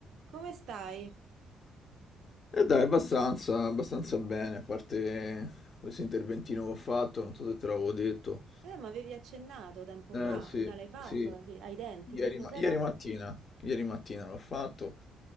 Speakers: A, on the right; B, on the left.
A: Come stai?
B: E dai, abbastanza, abbastanza bene, a parte questo interventino che ho fatto, non so se te l'avevo detto.
A: Eh, ma avevi accennato tempo
B: Eh
A: fa,
B: sì,
A: che l'hai fatto
B: sì,
A: alla fine, ai denti,
B: ieri,
A: che cos'era?
B: ma- ieri mattina, ieri mattina l'ho fatto.